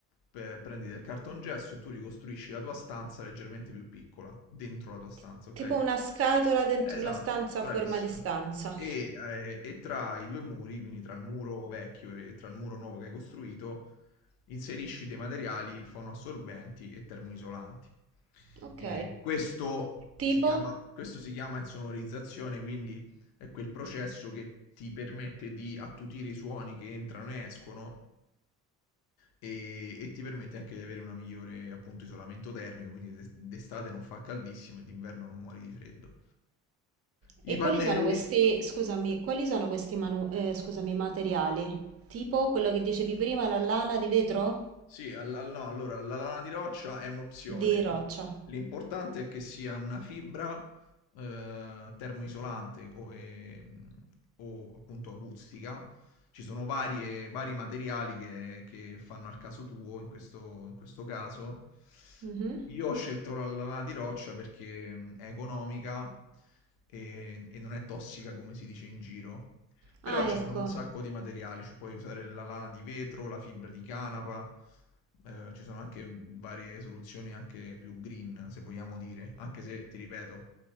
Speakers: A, on the left; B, on the right.
A: pe prendi del cartongesso e tu ricostruisci la tua stanza leggermente più piccola, dentro la tua stanza,
B: T-
A: okay?
B: tipo una scatola dentro
A: Esatto,
B: la stanza
A: bravissimo.
B: a forma di stanza.
A: E, eh, e tra i due muri, quindi tra il muro vecchio e tra il muro nuovo che hai costruito, inserisci dei materiali fonoassorbenti e termoisolanti.
B: Ok.
A: E questo
B: Tipo?
A: si chiama, questo si chiama insonorizzazione, quindi è quel processo che ti permette di attutire i suoni che entrano e escono e, e ti permette anche di avere una migliore appunto isolamento termico, quindi d'es- d'estate non fa caldissimo e d'inverno non muori di freddo. I
B: E quali
A: pannelli,
B: sono questi, scusami, quali sono questi manu- eh, scusami, materiali? Tipo quello che dicevi prima, la lana di vetro?
A: Sì, al- al- no, allora la lana di roccia è un'opzione.
B: Di roccia.
A: L'importante è che sia una fibra eh, termoisolante o, ehm, o appunto acustica. Ci sono varie- vari materiali che, che fanno al caso tuo, in questo, in questo caso.
B: Mhm.
A: Io ho scelto la, la lana di roccia perché mm, è economica e e non è tossica come si dice in giro. Però
B: Ah,
A: ci
B: ecco,
A: sono un sacco di materiali, ci puoi usare la lana di vetro, la fibra di canapa, eh, ci sono anche varie soluzioni anche più green, se vogliamo dire, anche se, ti ripeto,